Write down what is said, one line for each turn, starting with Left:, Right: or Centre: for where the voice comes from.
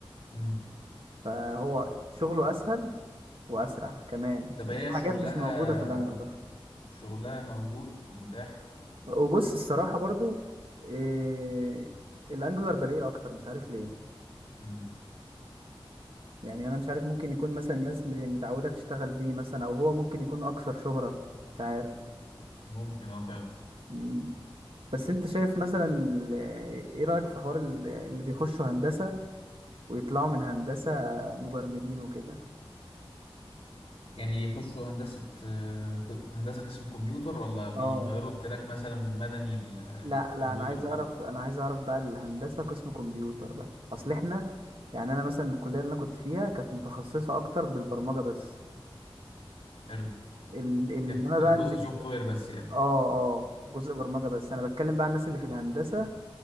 Left: امم
Right: فهو شغله اسهل واسرع كمان
Left: طب
Right: وفي
Left: هي شغلها
Right: حاجات مش موجوده في الانجلر
Left: شغلها موجود متاح
Right: وبص الصراحه برضو إيه الانجلر بلاقيه اكتر مش عارف ليه
Left: امم
Right: يعني انا مش عارف ممكن يكون مثلا الناس م- متعوده تشتغل بيه مثلا او هو ممكن يكون اكثر شهره مش عارف
Left: ممكن اه فعلا
Right: مم. بس انت شايف مثلا ال- ايه رأيك في حوار ال- اللي بيخشوا هندسة ويطلعوا من هندسة مبرمجين وكده
Left: يعني يخشوا هندسة آه، ك- هندسة قسم كمبيوتر ولا بيغيروا
Right: اه
Left: التراك مثلا من مدني للكمبيوتر
Right: لا لا انا عايز
Left: وكده
Right: اعرف انا عايز اعرف بقى الهندسه قسم كمبيوتر بقى اصل احنا يعني انا مثلا الكليه اللي انا كنت فيها كانت متخصصه اكتر بالبرمجه بس
Left: حلو
Right: ال... ال... انما
Left: كانت جزء
Right: بقى اللي بيبقى
Left: سوفت وير بس يعني
Right: اه اه جزء برمجه بس انا بتكلم بقى عن الناس اللي في الهندسه